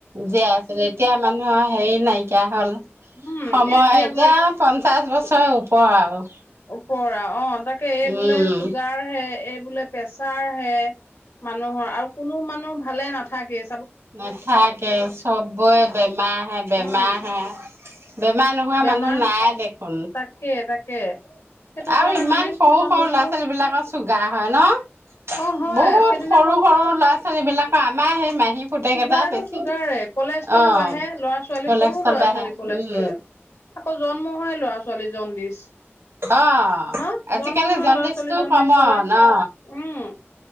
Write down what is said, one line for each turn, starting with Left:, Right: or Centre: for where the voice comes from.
Right: জীয়াই আছিলে এতিয়া মানুহৰ হেৰি নাইকিয়া হ'ল।
Left: উম,
Right: সময় এতিয়া
Left: বোলে
Right: পঞ্চাশ বছৰ ওপৰ আৰু।
Left: ওপৰ আৰু অ' তাকে এই
Right: উম
Left: বোলে চুগাৰ হে, এই বোলে প্ৰেচাৰ হে। মানুহৰ আৰু কোনো মানুহ ভালে নাথাকে।
Right: নথাকে চবৰে বেমাৰ হে বেমাৰ
Left: উম,
Right: হে। বেমাৰ নোহোৱা
Left: বেমাৰ
Right: মানুহ নাই দেখোন।
Left: তাকে তাকে। সেইটো
Right: আৰু
Left: কাৰণে
Right: ইমান
Left: মানে
Right: সৰু
Left: কিছুমান
Right: সৰু
Left: বস্তু
Right: ল'ৰা-ছোৱালী বিলাকৰ চুগা হয় ন?
Left: অ', হয়
Right: বহুত
Left: সেইদিনাখন
Right: সৰু সৰু ল'ৰা-ছোৱালীৰ বিলাকৰ, আমাৰ সেই মাহী পুতেক‌
Left: চুগাৰটো
Right: এটা বেছি
Left: চুগাৰে কলেষ্ট্ৰল
Right: অ
Left: বাঢ়ে ল'ৰা-ছোৱালী
Right: কলেষ্টৰ
Left: সৰু ল'ৰা-ছোৱালীৰ
Right: বাঢ়ে
Left: কলেষ্ট্ৰল
Right: উম
Left: আকৌ জন্ম হয় ল'ৰা-ছোৱালী জণ্ডিছ।
Right: অ
Left: ন
Right: আজিকালি
Left: জন্ম হয়
Right: জণ্ডিচটো
Left: ল'ৰা-ছোৱালী জডিছ
Right: কমন
Left: হয়
Right: অ
Left: উম।